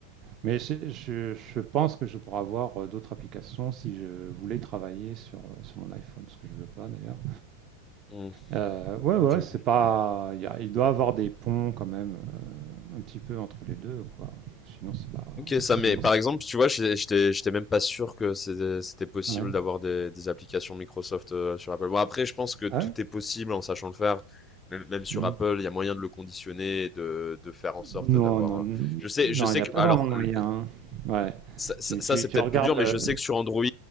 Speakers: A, on the right (about 35°); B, on the left (about 15°).
A: mais je, je- je pense que je pourrais avoir euh, d'autres applications si je voulais travailler sur, euh, sur mon iPhone, ce que je veux pas d'ailleurs.
B: Hmm.
A: Euh, ouais,
B: Ok.
A: ouais, c'est pas, il y a- il doit y avoir des ponts quand même, euh, un petit peu entre les deux, quoi. Sinon, c'est pas,
B: OK, ça
A: sinon
B: mais par exemple, tu vois, j'ai- j'étais j'étais même pas sûr que c'est- c'était possible
A: Ouais.
B: d'avoir des, des applications Microsoft euh, sur Apple. Bon, après, je pense que
A: Ah
B: tout
A: ouais?
B: est possible en sachant le faire. Même, même sur
A: Hmm.
B: Apple, il y a moyen de le conditionner et de, de faire en sorte
A: Non,
B: d'avoir.
A: non, n-
B: euh, Je sais,
A: non,
B: je sais
A: il n'y
B: que
A: a pas
B: alors
A: vraiment de
B: le-
A: moyen. hein. Ouais.
B: ça, ça,
A: Tu,
B: ça,
A: tu,
B: c'est
A: tu
B: peut-être
A: regardes
B: plus dur, mais
A: le.
B: je sais que sur Android,